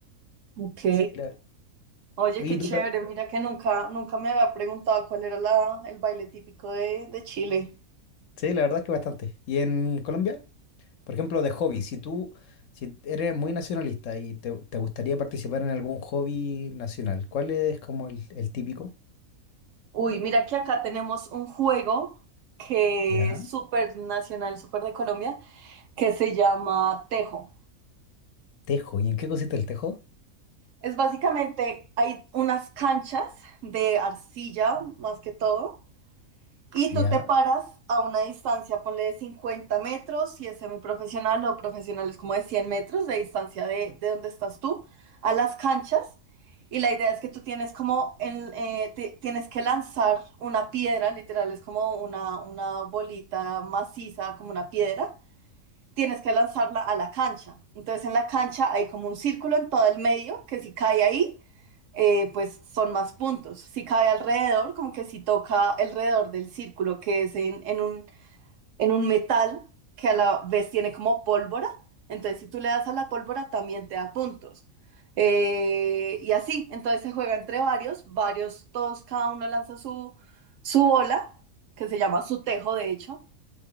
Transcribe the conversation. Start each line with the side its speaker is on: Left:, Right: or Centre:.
Right: Ok.
Left: Sí, la,
Right: Oye,
Left: oye,
Right: qué
Left: tú
Right: chévere,
Left: pra-
Right: mira que nunca, nunca me había preguntado cuál era la, el baile típico de, de Chile.
Left: sí, la verdad es que bastante. ¿Y en Colombia? Por ejemplo, de hobby, si tú si eres muy nacionalista y te, te gustaría participar en algún hobby nacional, ¿cuál es como el, el típico?
Right: Uy, mira que acá tenemos un juego que
Left: Ya.
Right: es súper nacional, súper de Colombia, que se llama tejo.
Left: Tejo. ¿Y en qué consiste el tejo?
Right: Es básicamente, hay unas canchas de arcilla, más que todo, Y
Left: Ya.
Right: tú te paras a una distancia, ponle de 50 metros, si es semiprofesional o profesional es como de 100 metros de distancia de, de donde estás tú, a las canchas. Y la idea es que tú tienes como, el, eh, te- tienes que lanzar una piedra, literal, es como una, una bolita maciza, como una piedra, tienes que lanzarla a la cancha. Entonces en la cancha hay como un círculo en todo el medio que si cae ahí, eh, pues son más puntos. Si cae alrededor, como que si toca alrededor del círculo que es en, en un, en un metal que a la vez tiene como pólvora, entonces si tú le das a la pólvora también te da puntos. Eh, y así, entonces se juega entre varios, varios, todos, cada uno lanza su, su bola, que se llama su tejo de hecho,